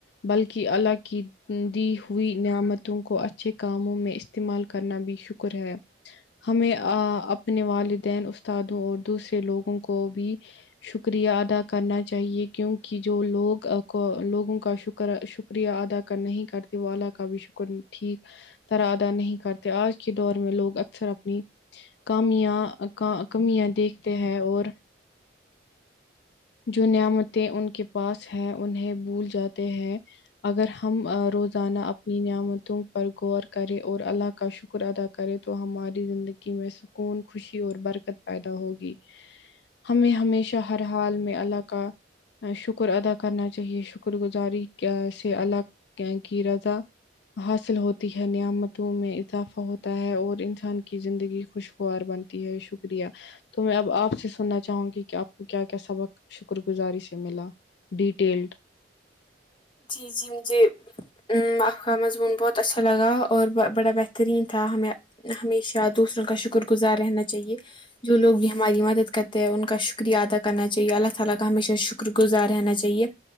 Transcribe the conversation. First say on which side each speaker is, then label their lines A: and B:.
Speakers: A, on the left; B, on the left.
A: بلکہ اللہ کی دی ہوئی نعمتوں کو اچھے کاموں میں استعمال کرنا بھی شکر ہے ہمیں اپنے والدین استادوں اور دوسرے لوگوں کو بھی شکریہ ادا کرنا چاہیے کیونکہ جو لوگ کو لوگوں کا شکر شکر شکریہ ادا کر نہیں کرتی وہ اللہ کا بھی شکر ٹھیک طرح ادا نہیں کرتے آج کے دور میں لوگ اکثر اپنی کامیاں کمیاں دیکھتے ہیں اور جو نعمتیں ان کے پاس ہے انہیں بھول جاتے ہیں اگر ہم روزانہ اپنی نعمتوں پر غور کریں اور اللہ کا شکر کر ادا کرے تو ہماری زندگی میں سکون خوشی اور برکت پیدا ہوگی ہمیں ہمیشہ ہر حال میں اللہ کا شکر ادا کرنا چاہیے شکر گزاری کیا سے الگ کی رضا حاصل ہو ہوتی ہے نعمتوں میں اضافہ ہوتا ہے اور انسان کی زندگی خوشگوار بنتی ہے شکریہ تو میں اب آپ سے سننا چاہوں گی کہ آپ کیا کیا سبق شکر گزاری سے ملا ڈیٹیلڈ
B: جی جی مجھے ا آپ کا مضمون بہت اچھا لگا اور بڑا بہترین تھا ہمیں ہمیشہ دوسروں کا شکرگزار رہنا چاہیے جو لوگ بھی ہماری مدد کرتے ہیں ان کا شکر شکریہ ادا کرنا چاہیے اللہ تعالی کا ہمیشہ شکر گزار رہنا چاہیے